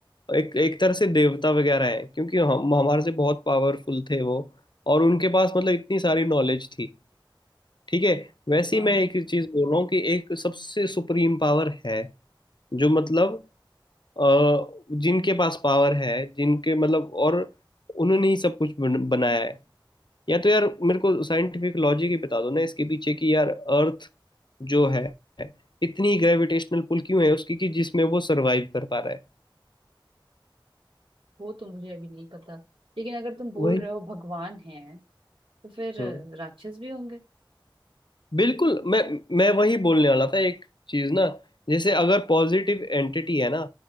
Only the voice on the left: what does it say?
एक एक तरह से देवता वगैरह है क्योंकि हम हमारे से बहुत पावरफुल थे वो और उनके पास मतलब इतनी सारी नॉलेज थी ठीक है वैसे
ही मैं एक ही चीज बोल रहा हूँ कि एक सबसे सुप्रीम पावर है जो मतलब अ, जिनके पास पावर है जिनके मतलब और उन्होंने ही सब कुछ बन, बनाया है या तो यार मेरे को साइंटिफिक लॉजिक ही बता दो ना इसके पीछे कि यार अर्थ जो है इतनी ग्रेविटेशनल पुल क्यों है उसकी कि जिसमें वो सरवाइव कर पा रहा है
वही
हम्म
बिल्कुल मैं मैं वही बोलने वाला था एक चीज ना जैसे अगर पॉजिटिव एंटिटी है ना